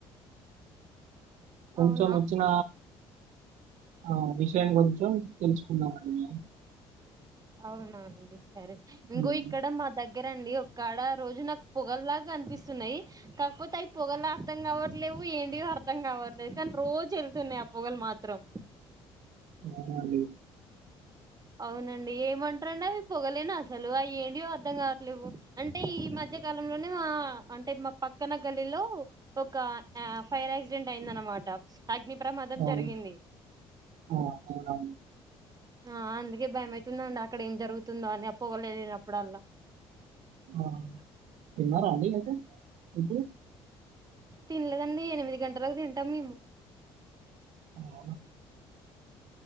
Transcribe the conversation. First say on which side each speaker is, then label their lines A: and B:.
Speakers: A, on the right; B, on the right.
A: కొంచెం
B: అవునా
A: వచ్చిన ఆ విషయం గురించం తెలుసుకున్నామండి మేము
B: అవునా అండి సరే ఇంకో
A: హ్మ్.
B: ఇక్కడ మా దగ్గర అండి ఒక్కాడ రోజు నాకు పొగల్లాగా కనిపిస్తున్నయి కాకపోతే అయి పోగల్లా <unintelligible> లేవ్వు ఏంటిదో అర్థం కావట్లేదు కానీ రోజు ఎళ్తున్నాయి ఆ పొగలు మాత్రం.
A: అవునా అండి.
B: అవునండి ఏమంటరండి అవి పొగలేను అసలు అవి ఏంటిో అర్ధం కావట్లేవు అంటే ఈ మధ్య కాలంలోనే ఆ మా అంటే మా పక్కన గల్లిలో ఒక య ఫైర్ యాక్సిడెంట్ అయిందనమాట అగ్ని ప్రమాదం
A: అవును.
B: జరిగింది.
A: ఆ! అవునవును.
B: ఆ అందుకే భయమవుతుందండి అక్కడ ఏం జరుగుతుందో అని అప్పోగలేగినప్పుడల్లా
A: ఆ తిన్నారా అండి అయితే ఇప్పుడు
B: తినలేదండి. ఎనిమిది గంటలకు తింటాం మేము
A: అ